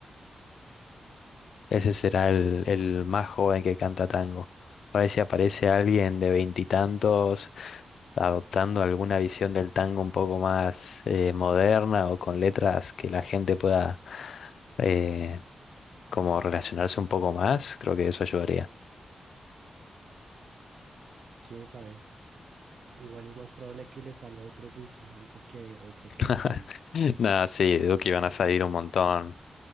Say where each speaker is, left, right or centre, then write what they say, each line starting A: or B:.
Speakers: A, on the left (about 80°); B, on the right (about 60°).
A: Ese será el, el más joven que canta tango. Por ahí si aparece alguien de veintitantos adoptando alguna visión del tango un poco más eh, moderna o con letras que la gente pueda eh, como relacionarse un poco más, creo que eso ayudaría.
B: ¿Quién sabe? Igual es más probable que le salga otro Duki antes que otro
A: <laughs>
B: que haga tango.
A: Nada, sí, de Duki van a salir un montón.